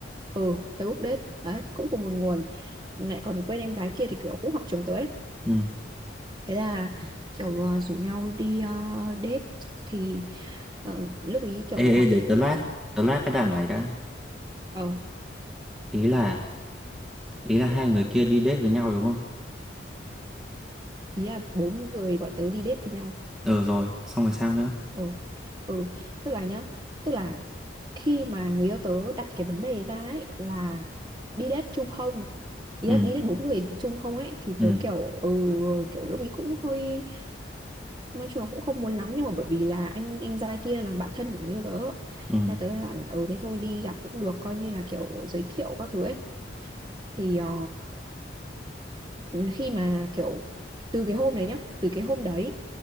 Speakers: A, on the right (about 25°); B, in the centre.
A: ừ Facebook date đấy cũng cùng một nguồn lại còn quen em gái kia thì kiểu cũng học trường tới
B: ừ
A: thế là kiểu ờ, rủ nhau đi ờ, date thì ờ, lúc ý kiểu
B: ê
A: gặp
B: ê
A: thì
B: để
A: cũng
B: tớ lát tớ lát cái đoạn này đã
A: ờ
B: ý là ý là hai người kia đi date với nhau đúng không
A: ý là bốn người bọn tớ đi date với nhau
B: ừ rồi xong rồi sao nữa
A: ừ ừ tức là nhá tức là khi mà người yêu tớ đặt cái vấn đề ra ấy là đi date chung không ý
B: ừ
A: là đi date bốn người chung không ấy thì
B: ừ
A: tớ kiểu ừ kiểu lúc ý cũng hơi nói chung là cũng không muốn lắm nhưng mà bởi vì là anh anh trai kia là bạn thân của người yêu tớ
B: ừ
A: nên tớ mới bảo là ừ thế thôi đi gặp cũng được coi như là kiểu giới thiệu các thứ ấy thì ờ, khi mà kiểu từ cái hôm đấy nhá từ cái hôm đấy